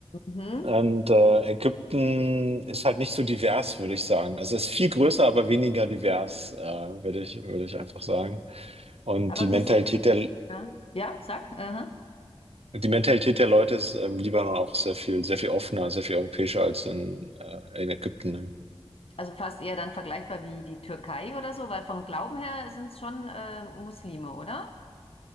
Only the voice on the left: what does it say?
Mhm.
Aber
wie sind die?
Ja, ja, sag. aha.
Also fast eher dann vergleichbar wie die Türkei oder so, weil vom Glauben her sind es schon äh, Muslime, oder?